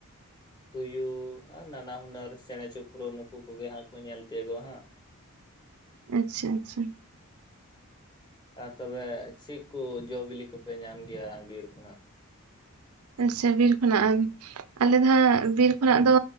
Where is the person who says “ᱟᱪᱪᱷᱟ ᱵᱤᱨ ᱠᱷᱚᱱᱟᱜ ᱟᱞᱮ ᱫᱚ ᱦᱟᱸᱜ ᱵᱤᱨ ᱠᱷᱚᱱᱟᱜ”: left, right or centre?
Right